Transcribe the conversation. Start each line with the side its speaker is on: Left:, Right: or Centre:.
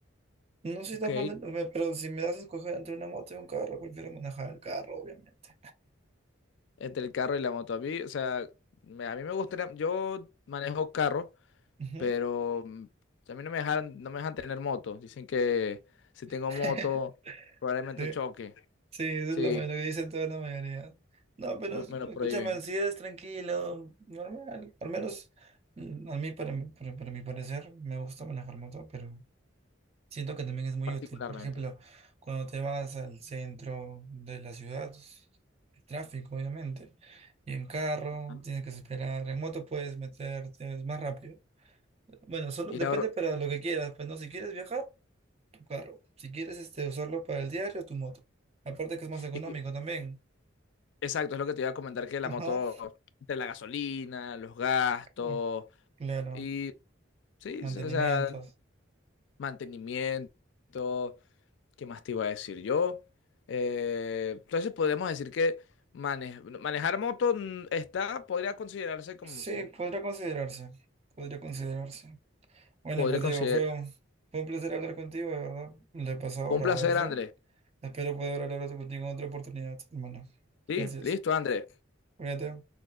Right: No soy
Left: Ok,
Right: tan fan de, pero si me das a escoger entre una moto y un carro, prefiero manejar el carro, obviamente.
Left: entre el carro y la moto. A mí, o sea, me- a mí me gustaría, yo manejo carro,
Right: Ujú.
Left: pero mm, a mí no me dejan, no me dejan tener moto. Dicen que si tengo
Right: <laughs>
Left: moto, probablemente
Right: Sí.
Left: choque.
Right: Sí, eso
Left: Sí,
Right: es lo, lo que dicen toda la mayoría. No, pero
Left: me,
Right: es-
Left: me lo
Right: escúchame,
Left: prohíben,
Right: si eres tranquilo, normal. Al menos mm, a mí, para, mi- para, para mi parecer, me gusta manejar moto, pero siento que también es muy
Left: particularmente.
Right: útil. Por ejemplo, cuando te vas al centro de la ciudad, el tráfico, obviamente, y en carro,
Left: Ajá.
Right: tienes que esperar. En moto puedes meterte, es más rápido. Bueno, solo
Left: Y
Right: depende
Left: la, hor-
Right: para lo que quieras. Pues no, si quieres viajar, tu carro. Si quieres este, usarlo para el diario, tu moto. Aparte que es más económico
Left: y fi-
Right: también.
Left: exacto, es lo que te iba a comentar, que la
Right: Ajá,
Left: moto, entre la gasolina, los gastos,
Right: cl- claro,
Left: y sí,
Right: mantenimientos.
Left: sí, o sea, mantenimiento, ¿qué más te iba a decir yo? Eh, entonces podemos decir que mane- manejar moto mm, está, podría considerarse como,
Right: Sí, podría considerarse, podría considerarse. Bueno,
Left: podría
Right: pues
Left: considerar.
Right: Diego, fue un, fue un placer hablar contigo, de verdad. Le he pasado
Left: Un
Right: bravazo.
Left: placer, Andrés.
Right: Espero poder hablar contigo en otra oportunidad, hermano.
Left: Sí,
Right: Gracias.
Left: listo, Andrés.
Right: Cuídate.